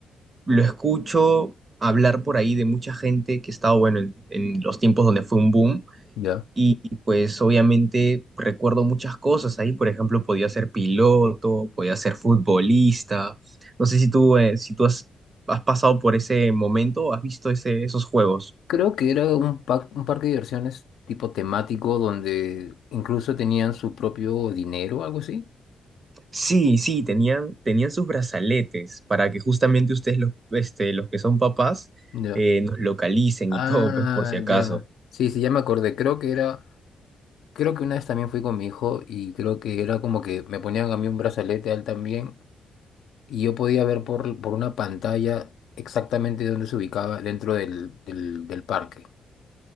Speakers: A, on the right; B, on the left.
A: lo escucho hablar por ahí de mucha gente que estaba, bueno, en, en los tiempos donde fue un boom.
B: Ya.
A: Y pues obviamente recuerdo muchas cosas ahí. Por ejemplo, podía ser piloto, podía ser futbolista. No sé si tú, eh, si tú has, has pasado por ese momento o has visto ese, esos juegos.
B: Creo que era un, pa- un parque de diversiones tipo temático donde incluso tenían su propio dinero, algo así.
A: Sí, sí, tenían, tenían sus brazaletes para que justamente ustedes, los, este, los que son papás,
B: Ya.
A: eh, nos localicen
B: Ah,
A: y todo, pues por si acaso.
B: ya. Sí, sí, ya me acordé. Creo que era, creo que una vez también fui con mi hijo y creo que era como que me ponían a mí un brazalete a él también y yo podía ver por, por una pantalla exactamente dónde se ubicaba dentro del, del, del parque.